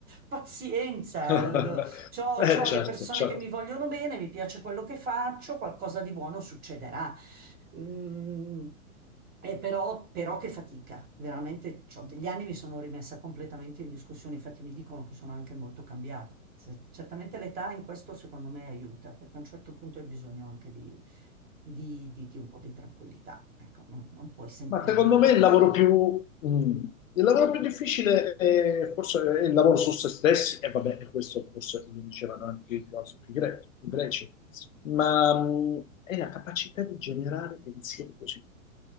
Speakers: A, on the right; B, on the left.
A: pazienza,
B: <laughs>
A: eh, c'ho,
B: Eh,
A: c'ho
B: certo,
A: le persone
B: certo.
A: che mi vogliono bene, mi piace quello che faccio, qualcosa di buono succederà. Mm, eh, però, però che fatica, veramente, c'ho degli anni mi sono rimessa completamente in discussione, infatti mi dicono che sono anche molto cambiata. Se- certamente l'età in questo secondo me aiuta, perché a un certo punto hai bisogno anche di di, di- di un po' di tranquillità. Ecco, non, non puoi sempre
B: Ma secondo
A: vivere
B: me il lavoro
A: sul...
B: più, mm, il lavoro più difficile è forse è il lavoro su se stessi, e vabbè, e questo forse lo dicevano anche i filosofi gre- i greci, ma mm, è la capacità di generare pensieri positivi.